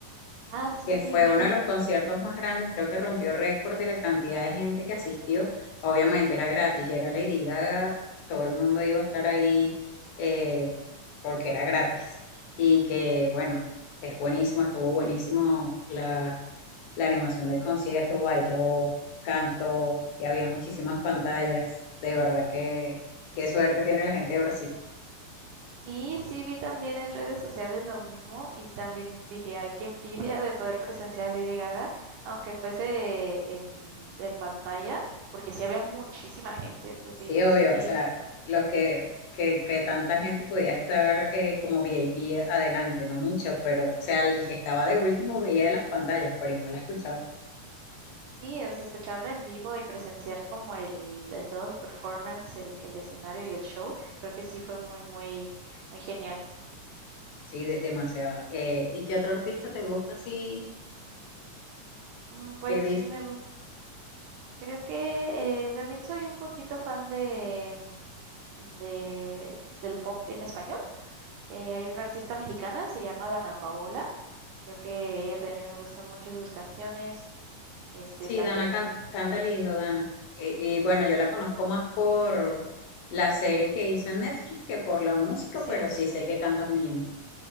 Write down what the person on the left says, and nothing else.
que
fue
uno de los conciertos más grandes, creo que rompió récord de la cantidad de gente que asistió. Obviamente era gratis, era Lady Gaga, todo el mundo iba a estar ahí eh, porque era gratis. Y que bueno, es buenísimo, estuvo buenísimo la, la animación del concierto, bailó, cantó y había muchísimas pantallas. De verdad que qué suerte tiene la gente de Brasil.
Sí, obvio,
o sea, los que, que, que tanta gente podía estar eh, como V I P adelante, no mucho, pero, o sea, el que estaba de último veía las pantallas, pero igual la escuchaba,
sí, de- demasiado. Eh, ¿y qué otro artista te gusta así?
Que dice,
sí,
Dana can- canta lindo, Dana. Eh, y bueno, yo la conozco más por la serie que hizo en Netflix que por la música,
pero sí sé que canta muy lindo.